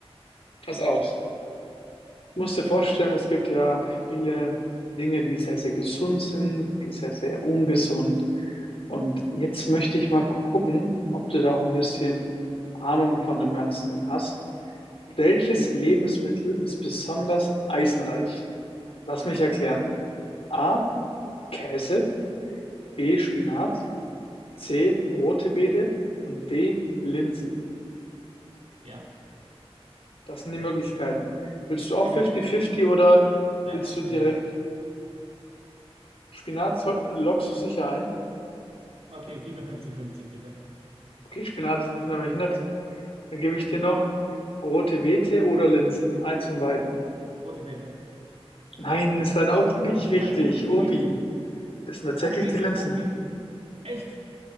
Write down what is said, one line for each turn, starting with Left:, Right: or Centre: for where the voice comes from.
Left: Pass auf. Du musst dir vorstellen, es gibt ja viele Dinge, die sehr, sehr gesund sind, sehr, sehr ungesund. Und jetzt möchte ich mal gu- gucken, ob du da auch ein bisschen Ahnung von dem Ganzen hast. Welches Lebensmittel ist besonders eisenreich? Lass mich erklären. A. Käse, B. Spinat, C. Rote Beete und D. Linsen.
Right: Ja,
Left: Das sind die Möglichkeiten. Willst du
Right: Spinat.
Left: auch 50-50 oder
Right: Nein,
Left: willst
Right: Spinat.
Left: du direkt Spinat? zo- Lockst du sicher ein?
Right: Okay, gib mir fünfzig, fünfzig, bitte.
Left: Okay, Spinat ist nämlich nett. Dann gebe ich dir noch rote Beete oder Linsen. Eins von beiden.
Right: Rote Beete.
Left: Nein, ist leider auch nicht
Right: Es sind
Left: richtig.
Right: tatsächlich die
Left: Obi,
Right: Linsen.
Left: das sind tatsächlich
Right: Opis,
Left: die Linsen.
Right: Opi, echt.